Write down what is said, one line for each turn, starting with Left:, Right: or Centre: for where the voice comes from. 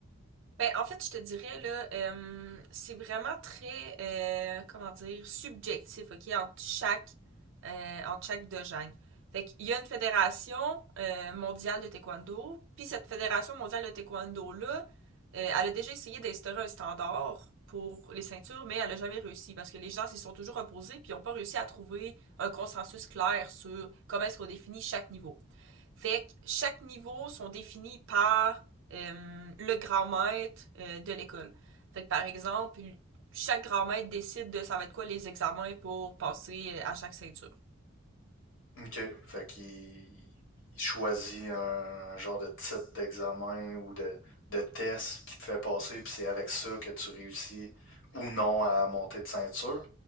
Right: Ben, en fait, je te dirais, là, euh, c'est vraiment très, euh, comment dire, subjectif, OK, entre chaque, euh, entre chaque dojo. Fait qu'il y a une fédération euh, mondiale de taekwondo, puis cette fédération mondiale de taekwondo-là, euh, elle a déjà essayé d'instaurer un standard pour les ceintures, mais elle a jamais réussi, parce que les gens s'y sont toujours opposés, puis ils n'ont pas réussi à trouver un consensus clair sur comment est-ce qu'on définit chaque niveau. Fait que chaque niveau sont définis par euh, le grand maître euh, de l'école. Fait que par exemple, chaque grand maître décide de ça va être quoi les examens pour passer euh, à chaque ceinture.
Left: Ok. Fait qu'il il choisit un, genre de type d'examen ou de, de test qui te fait passer. Puis c'est avec ça que tu réussis ou non à monter de ceinture.